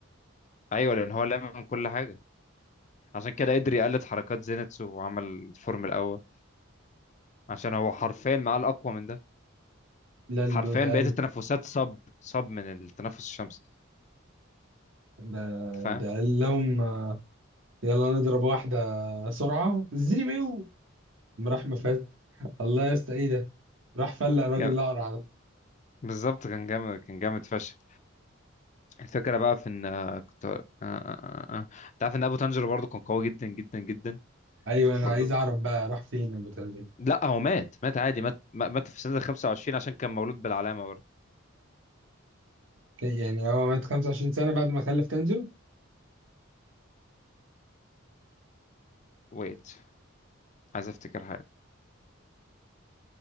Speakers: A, on the left (about 35°); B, on the right (about 65°).
A: ايوه لان هو لامم كل حاجة عشان كده قدر يقلد حركات زينتسو وعمل الفورم الاول عشان هو حرفيا معاه الاقوى من ده
B: لا
A: حرفيا
B: له ده
A: بقية
B: قال
A: التنفسات صب صب من التنفس الشمس
B: ده
A: انت فاهم
B: ده قال لهم يلا نضرب واحدة سرعة زري بيو قام راح مفات الله يا اسطى ايه ده راح فلق راجل
A: <laughs>
B: اقرع
A: بالظبط كان جامد كان جامد فشخ الفكرة بقى في ان آه، كنت آه، آه، آه، آه. انت عارف ان ابو تانجيرو برضه كان قوي جدا جدا جدا
B: ايوه انا
A: برضه
B: عايز اعرف بقى راح فين ابو تنزل
A: لا هو مات مات عادي مات مات في سنة 25 عشان كان مولود بالعلامة برضه
B: كي- يعني هو مات 25 سنه بعد ما خلف تنزله
A: ويت عايز افتكر حاجة